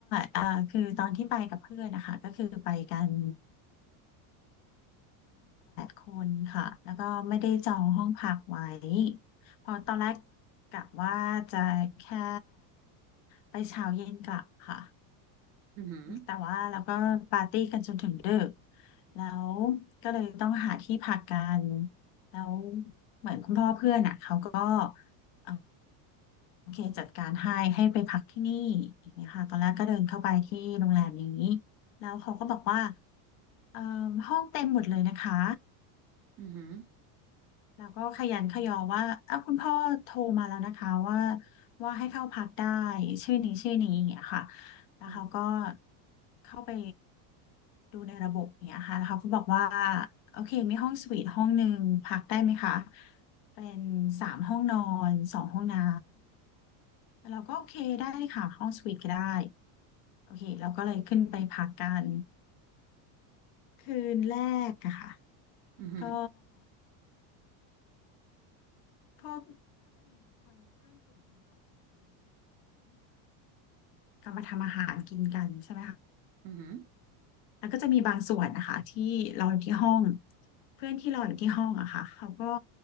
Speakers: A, on the left; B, on the right.
A: เอ่อคือตอนที่ไปกับเพื่อนนะคะก็คือไปกันคนค่ะแล้วก็ไม่ได้จองห้องพักไว้เพอตอนแรกกะว่าจะแค่ไปเช้าเย็นกลับค่ะ
B: อือหือ
A: แต่ว่าเราก็ปาร์ตี้กันจนถึงดึก แล้วก็เลยต้องหาที่พักกัน แล้วเหมือนคุณพ่อเพื่อนอ่ะเขาก็เอ่อโอเคจัดการให้ให้ไปพักที่นี่อย่างเงี้ยค่ะตอนแรกก็เดินเข้าไปที่โรงแรมนี้แล้วเขาก็บอกว่าเอ่อห้องเต็มหมดเลยนะคะ
B: อือหือ
A: แล้วก็ขยันขยอว่าอ้าวคุณพ่อโทรมาแล้วนะคะว่าว่าให้เข้าพักได้ชื่อนี้ชื่อนี้อย่างเงี้ยค่ะแล้วเขาก็
B: อ
A: เข้าไปดูในระบบอย่างเงี้ยค่ะแล้วเขาก็บอกว่าโอเคมีห้องสวีทห้องหนึ่งพักได้ไหมคะเป็นสามห้องนอนสองห้องน้ำแล้วเราก็โอเคได้ค่ะห้องสวีทก็ได้โอเคเราก็เลยขึ้นไปพักกันคืนแรกอะค่ะ
B: ือหือ
A: ก็พวกกลับมาทำอาหารกินกันใช่ไหมคะ
B: อือหือ
A: แล้วก็จะมีบางส่วนนะคะที่เราอยู่ที่ห้องเพื่อนที่เราอยู่ที่ห้องอะค่ะเขาก็